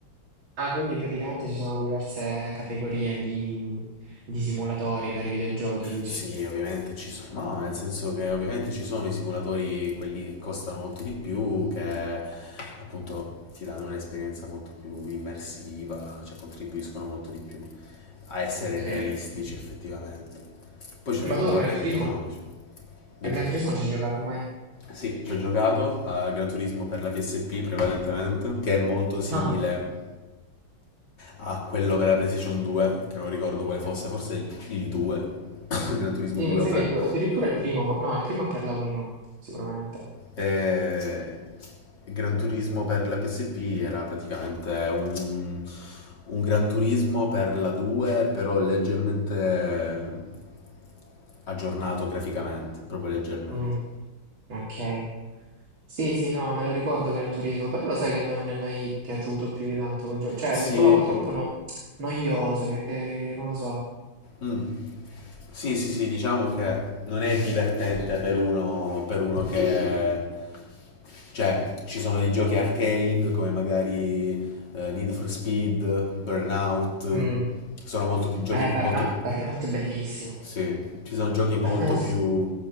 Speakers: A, on the right (about 80°); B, on the left (about 60°).
A: Ah, quindi praticamente ci sono diverse categorie di, di simulatori per i videogiochi, dici.
B: Sì, ovviamente ci sono, ma nel senso che ovviamente ci sono i simulatori, quelli che costano molto di più, che appunto ti danno un'esperienza molto più immersiva, cioè contribuiscono molto di più a essere
A: Ok.
B: realistici effettivamente. Poi ci sono
A: Ma
B: i controller
A: tu a Gran Turismo?
B: più economici. Dimmi.
A: A Gran Turismo non ci hai giocato mai?
B: Sì, ci ho giocato a Gran Turismo per la PSP prevalentemente, che è molto simile
A: No,
B: a quello per la PlayStation 2, che non ricordo quale fosse, forse il, il 2, <coughs> Gran Turismo
A: Sì,
B: 2
A: mi sa
B: o 3.
A: che il due, addirittura il primo, fo- no, il primo è per la 1, sicuramente.
B: E Gran Turismo per la PSP era praticamente un, un Gran Turismo per la 2, però leggermente aggiornato graficamente, proprio leggermente.
A: Mm, ok. Sì, sì, no, me lo ricordo Gran Turismo, però lo sai che a me non è mai piaciuto più di tanto quel gioco. Cioè,
B: Sì,
A: lo trovavo troppo no- noioso, che, che- non lo so.
B: Mm. Sì, sì, sì, diciamo che non è divertente per uno, per uno che... Cioè, ci sono dei giochi arcade come magari eh, Need for Speed, Burnout,
A: Mm.
B: sono molto più giochi,
A: Eh, Burnout,
B: molto...
A: Burnout è bellissimo.
B: Sì, ci sono giochi molto
A: <laughs>
B: più,